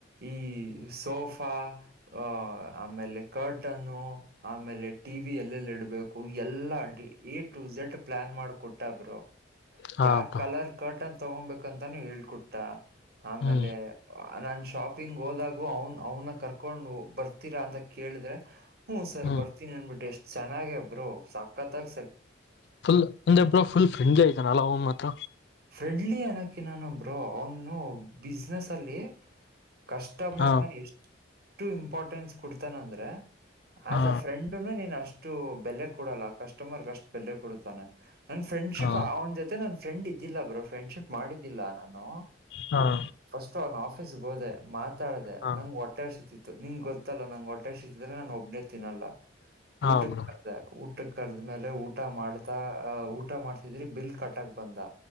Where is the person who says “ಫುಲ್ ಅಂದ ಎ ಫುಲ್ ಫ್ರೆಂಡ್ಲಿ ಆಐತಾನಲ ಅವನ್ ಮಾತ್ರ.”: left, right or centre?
Left